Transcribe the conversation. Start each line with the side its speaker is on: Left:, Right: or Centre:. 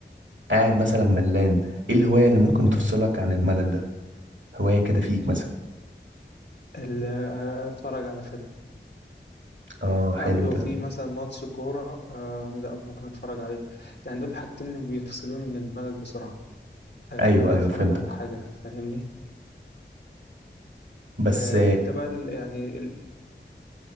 Right: قاعد مثلا ملان ايه الهواية اللي ممكن تفصلك عن الملل ده هواية كده فيك مثلا
Left: ال- آه، اتفرج على فيلم
Right: اه
Left: او
Right: حلو
Left: لو
Right: ده
Left: في مثلا ماتش كوره آه لا ممكن اتفرج عليه يعني دول الحاجتين اللي بيفصلوني من الملل بسرعه آه
Right: ايوه
Left: ان انا
Right: ايوه
Left: اتفرج
Right: فهمتك
Left: على حاجه فاهمني
Right: بس
Left: آه انت بقى ال- يعني ال